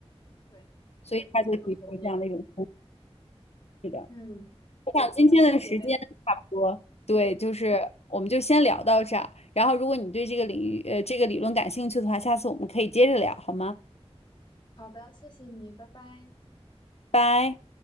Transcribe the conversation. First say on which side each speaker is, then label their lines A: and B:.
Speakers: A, on the left (about 45°); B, on the left (about 75°).
A: 对对，
B: 所以他就提出了这样的一种方
A: 我同意。
B: 式。
A: 嗯，
B: 我想今天的时间差不多，
A: 感谢姐妹。嗯，
B: 对，就是我们就先聊到这儿。然后，如果你对这个领域，呃，这个理论感兴趣的话，下次我们可以接着聊，好吗？
A: 好的，谢谢你，拜拜。
B: 拜。